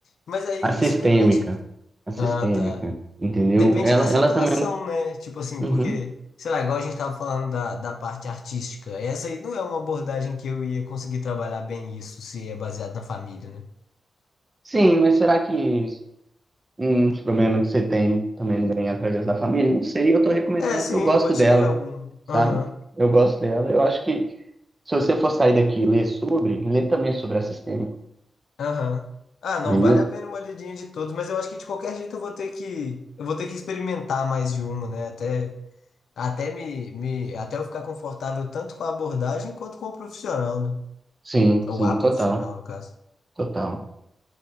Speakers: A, on the left (about 80°); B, on the right (about 30°).
A: Mas aí
B: A sistêmica.
A: isso depende.
B: A sistêmica,
A: Ah, tá.
B: entendeu?
A: Depende
B: Ela,
A: da situação,
B: ela também.
A: né? Tipo assim,
B: é um,
A: porque,
B: Uhum.
A: sei lá, igual a gente tava falando da, da parte artística, essa aí não é uma abordagem que eu ia conseguir trabalhar bem isso se é baseado na família, né?
B: Sim, mas será que uns problemas que você tem também não vem através da família? Não sei, eu tô recomendando
A: É, sim,
B: porque eu gosto
A: pode
B: dela,
A: ter algum.
B: sabe?
A: Aham.
B: Eu gosto dela. Eu acho que se você for sair daqui e ler sobre, lê também sobre a sistêmica,
A: Aham. Ah, não,
B: beleza?
A: vale a pena uma lidinha de todos, mas eu acho que de qualquer jeito eu vou ter que, eu vou ter que experimentar mais de uma, né? Até, até me, me, até eu ficar confortável tanto com a abordagem quanto com o profissional, né?
B: Sim,
A: Ou
B: sim,
A: a
B: total,
A: profissional, no caso.
B: total.